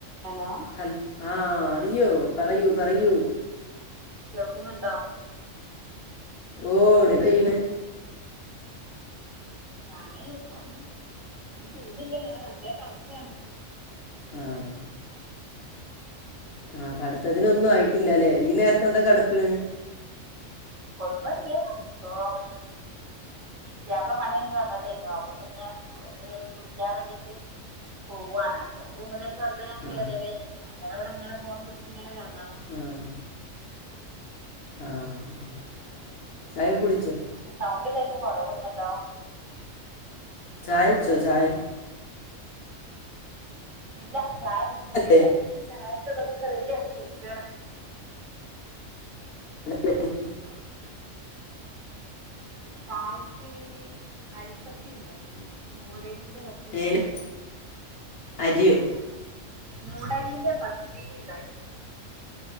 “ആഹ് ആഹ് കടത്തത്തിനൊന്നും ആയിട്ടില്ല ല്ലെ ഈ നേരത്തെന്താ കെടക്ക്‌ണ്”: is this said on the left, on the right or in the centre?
Left